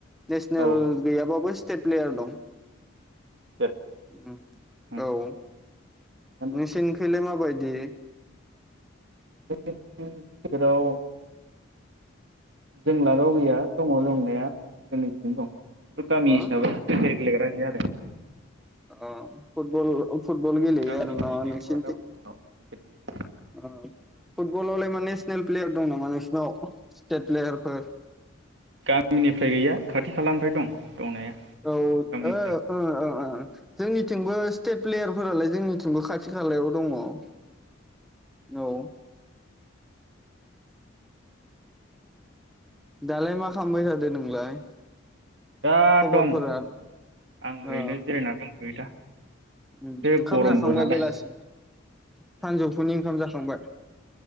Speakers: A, in the centre; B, on the right.
A: नेसनेल
B: औ
A: गैयाबाबो स्टेट प्लेयार दं।
B: दे
A: उम
B: थिगानो
A: औ नोंसिनिखैलाय
B: दं
A: मा बायदि
B: <unintelligible> फोराव जों लागोआव गैया दङ दंनाया जोंनिथिं दं। थु गामि
A: अ
B: हिसाबै क्रिकेट गेलेग्रा गैया आरो
A: आ फुटबल आव फुटबल गेलेयो
B: गामिनिफ्राय
A: आरो न
B: गैथ'आ
A: नोंसिनिथिं
B: दा बर्थमानाव क्रिकेट गेलेग्रा
A: आ फुटबलावलाय माने प्लेयार दं नामा नोंसिनाव स्टेट प्लेयार फोर
B: गामिनिफ्राय गैया खाथि खालानिफ्राय दं। दंनाया
A: औ ओ
B: गामिनिफ्राय
A: ओ ओ जोंनिथिंबो स्टेट प्लेयारफोरालाय जोंनिथिंबो खाथि खालायाव दङ। औ दालाय मा खालामबाय थादो नोंलाय?
B: दा
A: खबरफोरा
B: दं आं ओरैनो
A: ओ
B: जिरायना दंथयो दा। एसे
A: ओंखाम
B: गरमबो
A: जाखांबाय
B: नालाय
A: बेलासिनि सानजौफुनि ओंखाम जाखांबाय